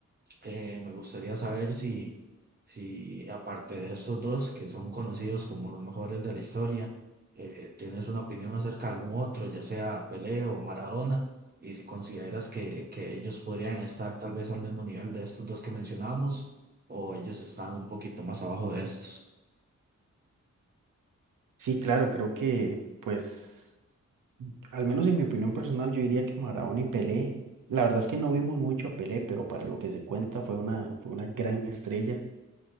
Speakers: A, on the right; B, on the right.
A: Eh, me gustaría saber si si aparte de estos dos, que son conocidos como los mejores de la historia, eh, tienes una opinión acerca de algún otro, ya sea Pelé o Maradona, y si consideras que, que ellos podrían estar tal vez al mismo nivel de estos dos que mencionamos, o ellos están un poquito más abajo de estos.
B: Sí, claro, creo que pues, al menos en mi opinión personal, yo diría que Maradona y Pelé, la verdad es que no vimos mucho a Pelé, pero para lo que se cuenta fue una, fue una gran estrella.